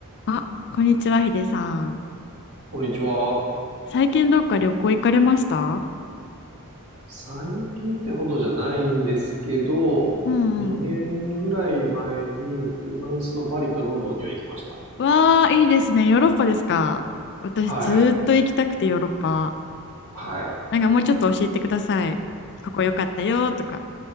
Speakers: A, on the left; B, on the right.
A: あ、こんにちは、ヒデさん。
B: こんにちは。
A: 最近どっか旅行行かれました
B: 最近ってほどじゃないんですけど、
A: うんうん。
B: 2年ぐらい前にフランスのパリとロンドンには行きました。
A: わあ、いいですね。ヨーロッパですか。私、
B: はい。
A: ずーっと行きたくて、ヨーロッパ。
B: はい。
A: なんかもうちょっと教えてください。ここ良かったよとか。